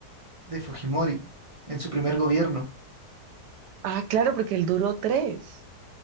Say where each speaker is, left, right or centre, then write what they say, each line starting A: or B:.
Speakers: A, on the right; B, on the right.
A: de Fujimori, en su primer gobierno.
B: Ah, claro, porque él duró tres.